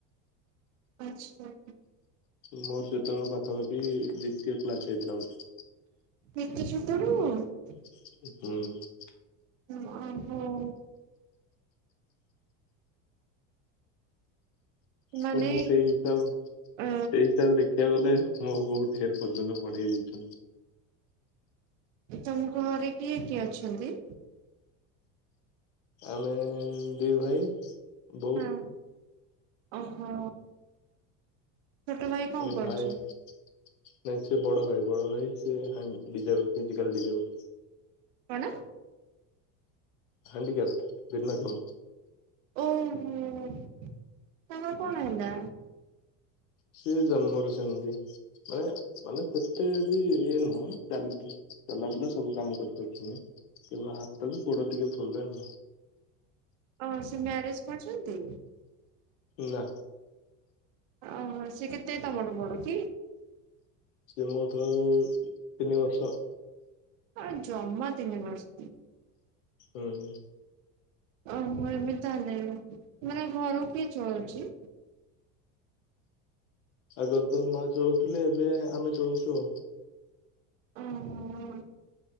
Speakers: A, on the right; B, on the left.
A: ଆଚ୍ଛା।
B: ମୋର ସେତେବେଳେ ପାଖାପାଖି ଦିତୀୟ କ୍ଲାସ ହେଇଥିଲା ବୋଧେ।
A: ଏତେ ଛୋଟବେଳୁ। <unintelligible>
B: ହୁଁ।
A: ଓ ମାଇଁ ଗଡ଼। ମାନେ
B: ତ ମୁଁ ସେଇ ହିସାବ
A: ଅ
B: ସେଇ ହିସାବରେ। ଦେଖିବାକୁ ଗଲେ ମୋ ବୋଉ ଢେର ପର୍ଯ୍ୟନ୍ତ ପଢ଼େଇଛନ୍ତି।
A: ତମ ଘରେ କିଏ କିଏ ଅଛନ୍ତି?
B: ଆମେ ଦି ଭାଇ ବୋଉ।
A: ହ ଓହୋ ଛୋଟ ଭାଇ କଣ
B: ପୁଣି
A: କରୁଛି?
B: ଭାଇ ନାଇଁ ସେ ବଡ଼ ଭାଇ ବଡ଼ ଭାଇ ସେ ହାଇ ବିଜ ଫିଜିକଲ ଡିଜେବଲ
A: କଣ?
B: ହ୍ୟାଣ୍ଡିକ୍ୟାପ୍ ବିନା କେମ୍।
A: ଓହୋ ତାଙ୍କର କଣ ହେଲା?
B: ସିଏ ଜନ୍ମରୁ ସେମତି ମାନେ ମାନେ ସେ ଏତେ ବି ଇଏ ନୁହଁ ଚା ଚାଲା ବୁଲା ସବୁ କାମ କରିପାରୁଛନ୍ତି। କେବଳ ହାତବି ଗୋଡ ଟିକେ ଫୁଲେ ଆଉ
A: ଅ ସେ ମ୍ୟାରେଜ କରିଛନ୍ତି।
B: ନା।
A: ଓହୋ ସେ କେତେ ତମଠୁଁ ବଡ କି
B: ସିଏ ମୋ ଠୁ ଆଉ ତିନି ବର୍ଷ
A: ହଁ ଜମା ତିିନି ବର୍ଷ
B: ହୁଁ
A: ଓହୋ ଏବେ ତାହଲେ ମାନେ ଘର କିଏ ଚଳୁଛି
B: ଆଗରୁ ତ ମା ଚଳୁଥିଲେ ଏବେ ଆମେ ଚଳୁଛୁ ଆଉ
A: ହଁ ହଁଁ